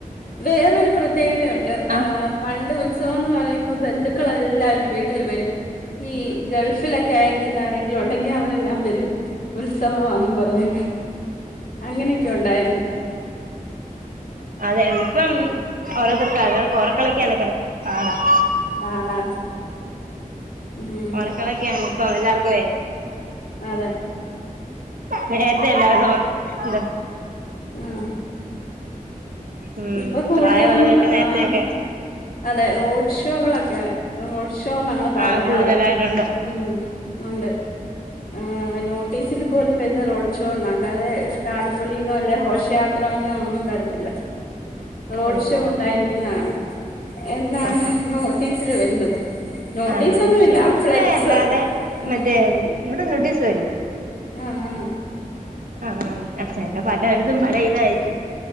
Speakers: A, on the left; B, on the right.
A: വേറൊരു പ്രത്യേകതയുണ്ട്
B: ആഹ്
A: പണ്ട് ഉത്സവന്ന് പറയുമ്പോ മ്പോ ബന്ധുക്കൾ എല്ലാവരും വീട്ടിൽ വരും ഈ ഗൾഫിലൊക്കെ ആയിരിക്കുന്ന ആരെങ്ക ഉണ്ടെങ്കിൽ അവരെല്ലാം വരും ഉത്സവെന്നും പറഞ്ഞ് അങ്ങനെയൊക്കെ ഉണ്ടായിരുന്നു
B: അതെ അതെ ഇപ്പം ഓരോർത്തർക്ക ന ഉറക്കൊളക്കാന് ഒക്കെ പാടാം
A: പാടാണ് ഉം
B: മറക്കളൊക്കെയാണ് ഇപ്പം എല്ലാവർക്കുവെ
A: അതെ
B: നേരത്തെ എല്ലാർക്കും ഇത്
A: ആഹ്
B: ഉം
A: ഇപ്പൊ കൂടുതലും
B: പ്രായമുള്ളവരൊക്കെ
A: ആഹ്
B: നേരത്തെയൊക്കെ
A: അതെ റോഡ് ഷോകളൊക്കെ റോഡ് ക്ഷോന്നാണ് പറയാറ്
B: ആഹ് കൂടുതലായിട്ടുണ്ട്
A: ഉം ഉണ്ട് ആഹ് നോട്ടീസിൽ പോലും വരുന്ന റോഡ് ഷോന്ന അല്ലാതെ താലപ്പൊലീന്നോ അല്ലെ ഹോഷയാ ത്ര എന്നോ ഒന്നും വരത്തില്ല റോഡ്
B: ഉം
A: ഷോ
B: ഉം
A: ഉണ്ടായിരിക്കുന്നതാണ്. എന്നാണ്
B: ആഹ് ആഹ്
A: നോട്ടീസില് വരുന്നത് നോട്ടീസ്
B: ആണോ പക്ഷെ
A: ഒന്നും ഇല്ല
B: ഇവിടുത്തെ
A: ഫ്ലെക്സ്
B: അല്ലാതെ
A: ഉം
B: മറ്റേ ഇവിടെ നോട്ടീസ് വരും
A: ആഹ് ആഹ്
B: ആഹ് ആഹ് ച്ച പലയിടത്തും പല ഇതായിരിക്കും